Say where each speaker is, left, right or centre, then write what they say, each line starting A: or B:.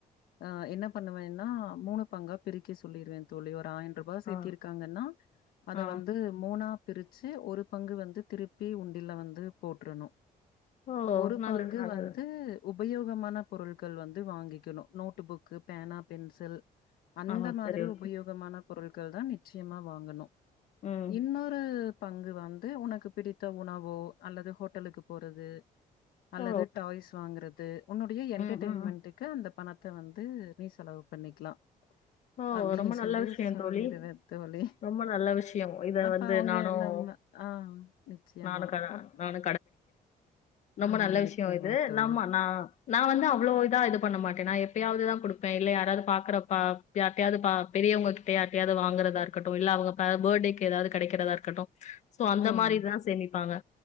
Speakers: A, on the left; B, on the left.
A: ஆ என்ன பண்ணுவேன்னா மூணு பங்கா பிரிக்க சொல்லிருவே தோழி ஒரு ஆயின் ரூ பா சேத்தி
B: ஆ,
A: இருக்காங்கன்னா அத
B: ஆ.
A: வந்து மூணா பிரிச்சு ஒரு பங்கு வந்து திருப்பி உண்டில வந்து போட்றணு
B: ஓ!
A: ஒரு
B: நல்லது,
A: பங்கு
B: நல்லது.
A: வந்து உபயோகமான பொருள்கள் வந்து வாங்கிக்கிணு நோட் புக்கு பேனா பென்சில் அந்த
B: ஆ
A: மாரி
B: சரி ஓகே.
A: உபயோகமான பொருள்கள் தா நிச்சியமா வாங்கணு
B: ம்.
A: இன்னொரு பங்கு வந்து உனக்கு பிடித்த உணவோ அல்லது ஹோட்டலுக்கு போறது அல்லது
B: ஓ!
A: டாய்ஸ் வாங்கறது உன்னுடைய என்டர்டெயின்மெண்ட்க்
B: ம், ம். ம்.
A: கு அந்த பணத்த வந்து நீ செலவு பண்ணிக்கலா
B: ஓ!
A: அப்டின்னு
B: ரொம்ப
A: சொல்லி
B: நல்ல விஷயம்
A: சொல்லிருவே
B: தோழி.
A: தோழி
B: ரொம்ப நல்ல விஷயம். இத
A: அப்ப
B: வந்து
A: அவங்க
B: நானும்
A: நம்ம ஆ நிச்சயமா
B: நானு கட
A: அப்
B: நானு ரொம்ப
A: ஆ
B: நல்ல விஷயோ
A: நிச்சயமா
B: இது
A: தோழி.
B: நம்ம நா நா வந்து அவ்ளோ இதா இது பண்ண மாட்டேன் நான் எப்பயாது தான் குடுப்பேன் இல்ல யாராது பாக்கறப்பா ப்ப யார்ட்டயாது பா பெரியவங்க கிட்டே யார்ட்டயாது வாங்கறதா இருக்கட்டு இல்ல அவங்க பர்த்டேக்கு ஏதாது கிடைக்கிறதா இருக்கட்டு சோ அந்த
A: ம்.
B: மாரி தா சேமிப்பாங்க